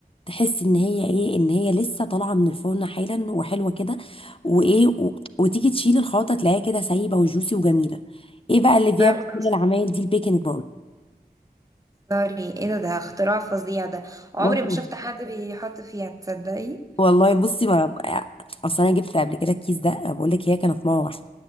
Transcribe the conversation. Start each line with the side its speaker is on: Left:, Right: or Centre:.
Left: تحس ان هي ايه ان هي لسه طالعه من الفرن حالا وحلوه كده وايه و... وتيجي تشيل الخلطه تلاقيها كده سايبه وجوسي وجميله ايه بقى اللي بيعمل
Right: بالظبط
Left: كل العمايل دي البيكنج
Right: سوري ايه ده ده اختراع فظيع ده عمري
Left: باودر
Right: ما شفت حد <laughs> بيحط فيها تصدقي
Left: والله بصي ما أنا- اصل انا جبت قبل كده الكيس ده بقول لك هي كانت مره واحده